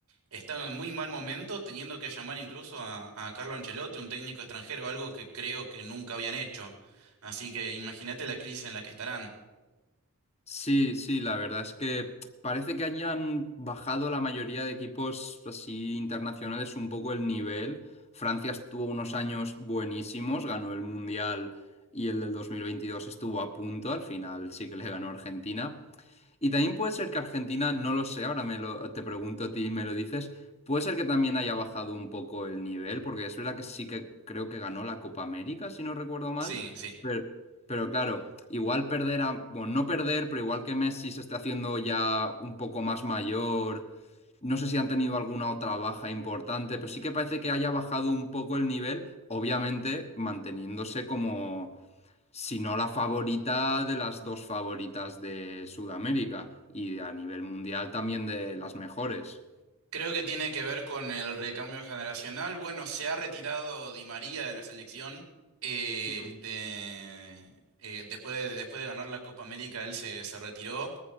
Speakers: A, on the right; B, on the left.
A: Está en muy mal momento teniendo que llamar incluso a, a Carlo Ancelotti, un técnico extranjero, algo que creo que nunca habían hecho. Así que imagínate la crisis en la que estarán.
B: Sí, sí, la verdad es que parece que hayan bajado la mayoría de equipos así internacionales un poco el nivel. Francia estuvo unos años buenísimos, ganó el Mundial y el del 2022 estuvo a punto, al final sí que le ganó Argentina, y también puede ser que Argentina, no lo sé, ahora me lo, te pregunto a ti y me lo dices, puede ser que también haya bajado un poco el nivel, porque es verdad que sí que creo que ganó la Copa América, si no recuerdo mal,
A: Sí, sí.
B: pero, pero claro, igual perder a, bueno, no perder, pero igual que Messi se está haciendo ya un poco más mayor, no sé si han tenido alguna otra baja importante, pero sí que parece que haya bajado un poco el nivel, obviamente manteniéndose como si no la favorita de las dos favoritas de Sudamérica y a nivel mundial también de las mejores.
A: Creo que tiene que ver con el recambio generacional. Bueno, se ha retirado Di María de la selección. Eh,
B: Mm.
A: este, eh, después de, después de ganar la Copa América, él se, se retiró.